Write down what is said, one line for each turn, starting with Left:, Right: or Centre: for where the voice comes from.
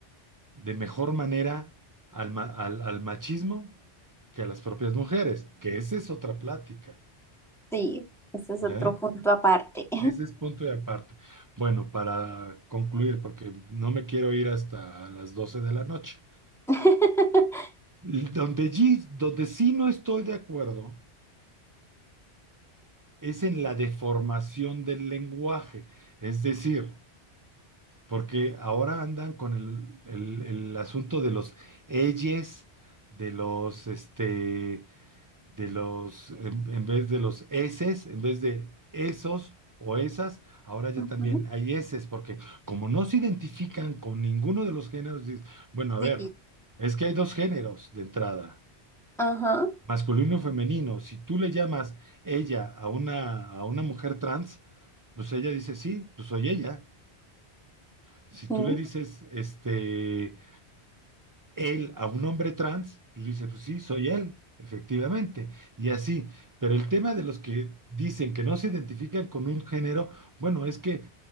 Right: de mejor manera al, ma- al- al machismo que a las propias mujeres, que esa es otra plática.
Centre: Sí, ese es
Right: ¿eh?
Centre: otro punto aparte.
Right: Ese es punto y aparte. Bueno, para concluir, porque no me quiero ir hasta las 12 de la noche.
Centre: <laughs>
Right: L- Donde, sí- donde sí no estoy de acuerdo es en la deformación del lenguaje. Es decir, porque ahora andan con el, el- el asunto de los elles, de los este, de los, en, en vez de los eses, en vez de esos o esas, ahora ya
Centre: Ujú,
Right: también hay eses, porque como no se identifican con ninguno de los géneros, dices, bueno, a
Centre: Sí,
Right: ver, es que hay dos géneros de entrada,
Centre: ajá,
Right: masculino y femenino. Si tú le llamas ella a una, a una mujer trans, pues ella dice, sí, pues soy ella. Si tú
Centre: mm,
Right: le dices, este, él a un hombre trans, pues dice, pues sí, soy él, efectivamente, y así. Pero el tema de los que dicen que no se identifican con un género, bueno, es que